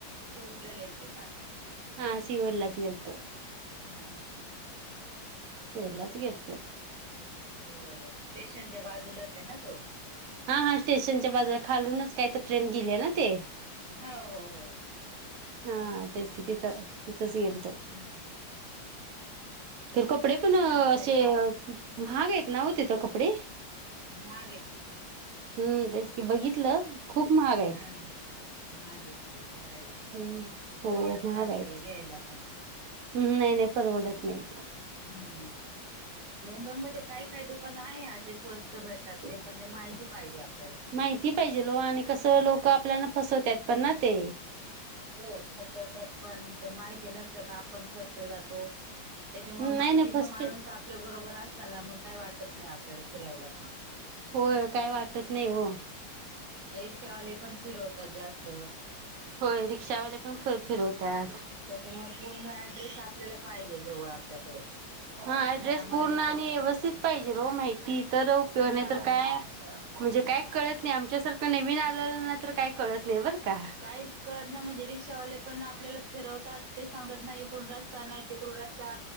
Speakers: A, on the right; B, on the right.
A: सीवुड ला गेलते का?
B: हा सी उडला गेलतो.
A: हा हा
B: सी वुडलाच गेलतो.
A: हम्म स्टेशन च्या बाजूलाच आहे ना तो.
B: हा हा स्टेशनच्या बाजुला, खालूनच काय तर ट्रेन गेली आहे ना ते.
A: हा हो हो.
B: हा तेच कि तिथं तिथंच गेलतो.
A: हम्म
B: तर कपडे पण असे
A: चांगले आहेत
B: महाग आहेत ना हो तिथं कपडे?
A: महाग आहेत.
B: हम्म तेच की, बघितलं. खूप महाग आ
A: हा माहागेत ते तर आहेच,
B: हम्म
A: परवडत
B: हो महाग
A: नाही आपल्याला
B: आहेत
A: घ्यायला पण.
B: हम्म नाही नाही परवडत नाही.
A: हम्म मुंबईमध्ये काही काही दुकाने आहे. असे स्वस्त भेटतात ते पण ते माहिती पाहिजे आपल्याला
B: माहिती पाहिजेलो आणि कसं लोक आपल्याला फसवतात पण ना ते,
A: हो फसवतात पण ते माहिती नसल का? आपण फसला जातो. त्याच्यामुळे
B: हम्म
A: माहितीचा
B: नाही नाही फसते
A: माणूस आपल्या बरोबर अस चला मग काय वाटत नाही आपल्याला फिरायला पण
B: हो काय वाटत नाही हो
A: रिक्षावाले पण फिरवतात. जास्त
B: होय रिक्षावाले पण फ फिरवत्यांत
A: त्याच्यामुळे पूर्ण ऍड्रेस, आपल्याला पाहिजे जवळ आपल्याकडे.
B: हा ऍड्रेस
A: नाही आम्हाला
B: पूर्ण
A: इथं
B: आणि व्यवस्थित पाहिजेल ओ माहिती तर उप नाहीतर
A: हा
B: काय? म्हणजे काय कळत नाही. आमच्यासारखं नवीन आलेलं नाही तर काय कळत नाही बरं का,
A: काहीच कळत नाही म्हणजे रिक्षावाले पण आपल्याला फिरवतात ते सांगतात नाही इकडून रस्ता नाही तिकडून रस्ता